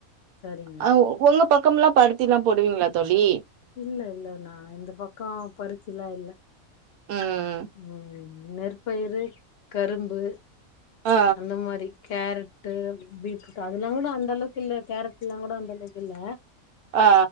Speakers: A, on the left (about 60°); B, on the right (about 85°).
A: சரிங்க
B: அ உங்க பக்கம்லா பருத்திலா போடுவீங்களா தோழி
A: இல்ல இல்ல நா இந்த பக்கோ பருத்திலா இல்ல
B: ம்
A: ம் நெற்பயிரு கரும்பு
B: ஆ
A: அந்த மாரி கேரட் டு பீட்ரூட் அதுலா கூட அந்த அளவுக்கு இல்ல கேரட்லா கூட அந்த அளவுக்கு இல்ல
B: ஆ